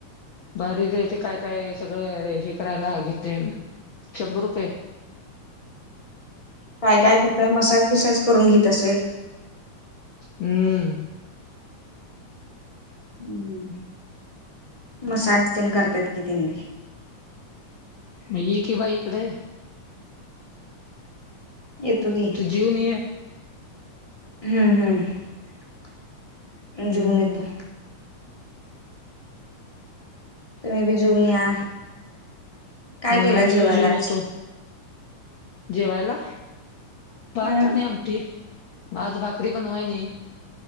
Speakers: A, on the left; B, on the left.
A: भारीच है तेे काय काय सगळं हे करायला घेते शंभर रुपये?
B: काय काय करताय मसाज बिसाज करून घेत असेल.
A: हम्म.
B: हम्म मसाज तेन करतात कि तेन बी.
A: म ये की बाई इकड.
B: येतु की.
A: तु जीवून ये.
B: हम्म हम्म
A: हम्म
B: जीवून येतो. तुम्ही बी जीवून या, काय
A: अ
B: केला
A: मी
B: जेवायला
A: बी जेऊन
B: आज?
A: येतो जेवायला भात
B: हम्म
A: आणि आमटी आज भाकरी बनवायनी.